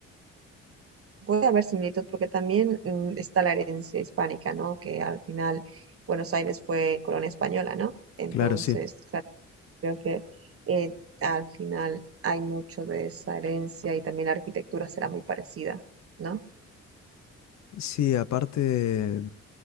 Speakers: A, on the right; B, on the left.
A: puede haber similitud porque también mm, está la herencia hispánica, ¿no? Que al final Buenos Aires fue colonia española, ¿no? Entonces,
B: Claro, sí.
A: claro, creo que eh, al final hay mucho de esa herencia y también la arquitectura será muy parecida, ¿no?
B: Sí, aparte,